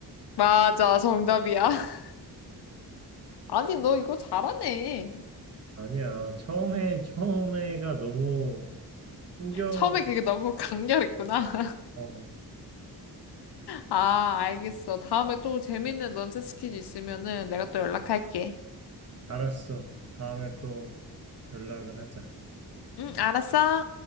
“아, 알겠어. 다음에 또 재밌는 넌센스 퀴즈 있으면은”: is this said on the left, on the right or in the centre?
Left